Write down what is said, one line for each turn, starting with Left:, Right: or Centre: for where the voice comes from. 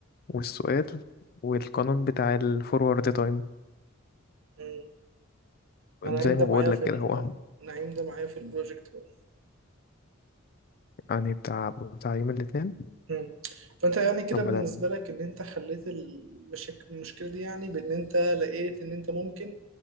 Left: والسؤال والقانون بتاع الفورورد تايم
Right: مم. نعيم
Left: زي
Right: ده
Left: ما بقول
Right: معايا في
Left: لك كده
Right: ال...
Left: هو
Right: نعيم ده معايا في البروجكت بقى
Left: يعني بتاع بتاع يوم الاثنين
Right: مم. فانت يعني كده
Left: ربنا
Right: بالنسبه
Left: يعلم
Right: لك ان انت حليت المشك... المشكله دي يعني بان انت لقيت ان انت ممكن